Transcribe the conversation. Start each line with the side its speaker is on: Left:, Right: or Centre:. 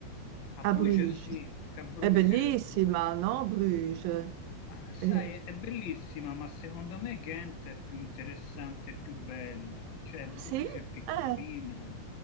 Left: A
Right: A
Left: Bruges
Right: Bruges.
Left: sì, anche a Bruges,
Right: È bellissima, no? Bruges.
Left: ma sai,
Right: Eh,
Left: è bellissima, ma secondo me Ghent è più interessante e più bella, cioè Bruges
Right: sì?
Left: è piccolina,
Right: Eh,